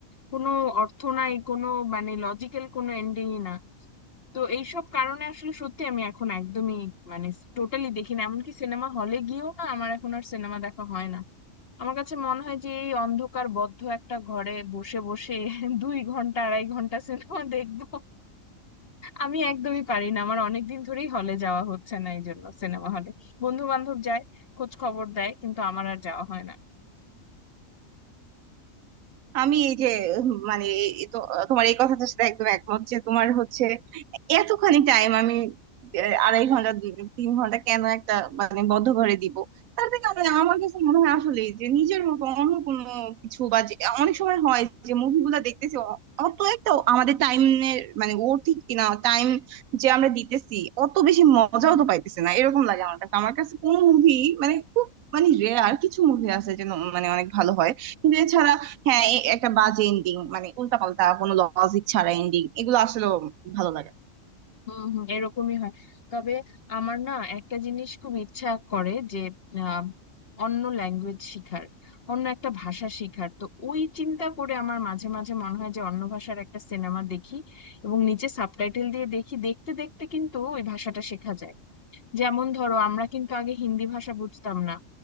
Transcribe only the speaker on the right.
আমি এই যে উম, মানে এই তো- তোমার এই কথাটার সাথে একদম একমত যে তোমার হচ্ছে এতখানি টাইম আমি আহ, আড়াই ঘন্টা দুই- তিন ঘন্টা কেন একটা মানে বদ্ধ ঘরে দিব তার থেকে আমি- আমার কাছে মনে হয় আসলে যে নিজের মতো অন্য কোনো কিছু বা যে- অনেক সময় হয় যে মুভিগুলা দেখতেছি অ- অত একটা আমাদের টাইমের মানে ঠিক কিনা টাইম যে আমরা দিতেছি অত বেশি মজাও তো পাইতেছে না এরকম লাগে আমার কাছে আমার কাছে কোনো মুভি মানে খুব মানে রেয়ার কিছু মুভি আছে যেন মানে অনেক ভালো হয় কিন্তু এছাড়া হ্যাঁ এ- একটা বাজে এন্ডিং মানে উল্টাপাল্টা কোনো লজিক ছাড়া এন্ডিং এগুলো আসলে ভালো লাগে না।